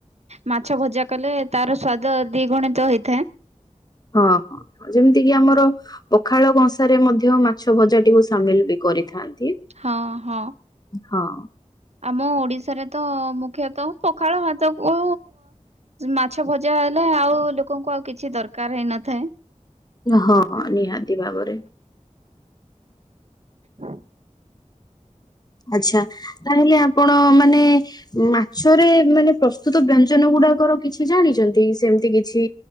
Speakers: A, on the right; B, on the left.
A: ମାଛ ଭଜା କଲେ ତାର ସ୍ଵାଦ ଦିଗୁଣିତ ହେଇଥାଏ।
B: ହଁ ହଁ। ଯେମିତି କିି ଆମର ପଖାଳ କଂସାରେ ମଧ୍ୟ ମାଛ ଭଜାଟିକୁ ସାମିଲ ବି କରିଥାନ୍ତି।
A: ହଁ ହଁ।
B: ହଁ
A: ଆମ ଓଡିଶାରେ ତ ମୁଖ୍ୟତଃ ପଖାଳ ଭାତକୁ ମାଛ ଭଜା ହେଲେ ଆଉ ଲୋକଙ୍କୁ ଆଉ କିଛି ଦରକାର ହେଇନଥାଏ।
B: ହଁ ହଁ ନିହାତି ଭାବରେ।
A: ହଁ।
B: ଆଛା ତାହେଲେ ଆପଣ ମାନେ ମାଛରେ ମାନେ ପ୍ରସ୍ତୁତ ବ୍ୟଞ୍ଜନ ଗୁଡାକର କିଛି ଜାଣିଛନ୍ତି ସେମିତି କିଛି